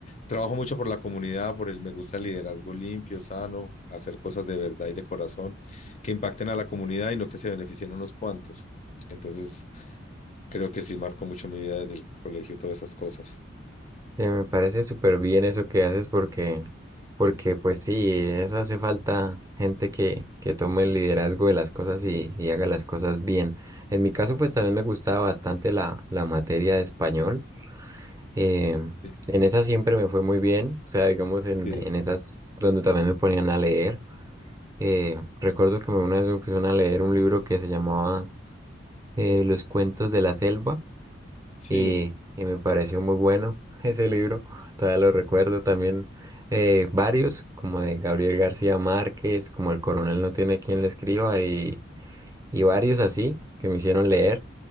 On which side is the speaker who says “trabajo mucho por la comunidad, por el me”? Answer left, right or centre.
Left